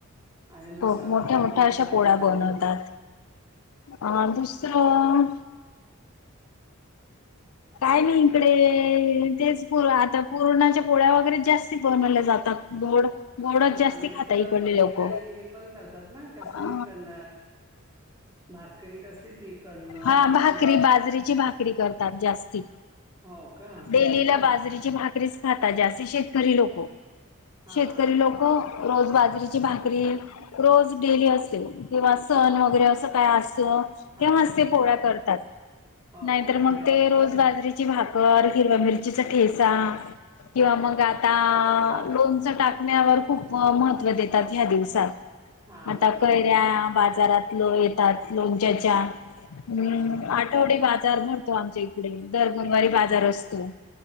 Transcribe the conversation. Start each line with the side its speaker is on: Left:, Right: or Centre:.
Right: आणि दुसरा
Left: हो, मोठ्या
Right: पदार्थ
Left: मोठ्या
Right: कुठला
Left: अशा पोळ्या
Right: मग
Left: बनवतात. आ दुसरं काय नाही इकडे तेच पुर आता पुरणाच्या पोळ्या वगैरे जास्ती बनवल्याला जातात. गोड. गोडच
Right: वांग्याच
Left: जास्ती खाता इकडले
Right: भरीत
Left: लोक
Right: आणि हे पण करतात ना कसली
Left: अ
Right: कण भाकरी कसली ती कण ह्याची?
Left: हा भाकरी बाजरीची भाक री करतात जास्ती.
Right: हो का.
Left: डेलीला बाजरीची भाकरीच खातात जास्ती शेतकरी लोकं.
Right: हा
Left: शेतकरी लोकं हो, रोज बाजरीची भाकरी रोज डेली असते किंवा सण वगैरे असं काय आस तं
Right: हा
Left: तेव्हाच ते पोळ्या करतात,
Right: हो
Left: नाहीतर
Right: का
Left: मग
Right: आणि
Left: ते रोज बाजरीची भा कर, हिरवा मिरचीचा ठेचा किंवा
Right: हा
Left: मग आ ता लोणचं टाकण्यावर खूप महत्व देतात, ह्या दिवसात.
Right: हा
Left: आता
Right: बरोबर
Left: कैऱ्या बाजारात किलो येतात लोणच्याच्या. हम्म,
Right: हा हा हा
Left: आठवडी बाजार भर तो आमच्या इकडे. दर गुरवारी बाजार
Right: हो
Left: असतो,